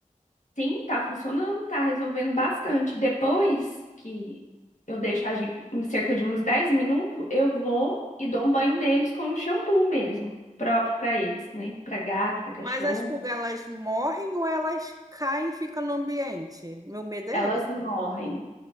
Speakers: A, on the left; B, on the right.
A: sim, tá funcionando, tá resolvendo bastante. Depois que eu deixo agir em cerca de uns 10 minutos, eu vou e dou um banho neles com um shampoo mesmo, próprio para eles, né? Para gato, para cachorro.
B: Mas as pulgas, elas morrem ou elas caem e ficam no ambiente? Meu medo é
A: Elas
B: ele.
A: morrem.